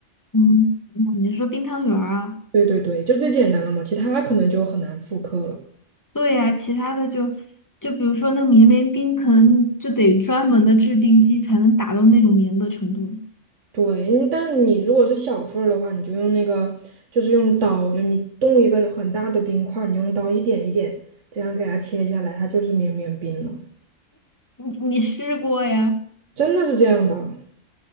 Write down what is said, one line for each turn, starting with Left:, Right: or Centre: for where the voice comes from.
Left: 嗯，哦你是说冰汤圆儿啊？
Right: 对对对，就最简单了嘛，其他可能就很难复刻了。
Left: 对呀，其他的就就比如说那个绵绵冰，可能就得专门的制冰机才能达到那种绵的程度。
Right: 对，你但你如果是小份儿的话，你就用那个，就是用刀，就你冻一个很大的冰块儿，你用刀一点一点这样给它切下来，它就是绵绵冰了，
Left: 你你试过呀？
Right: 真的是这样的。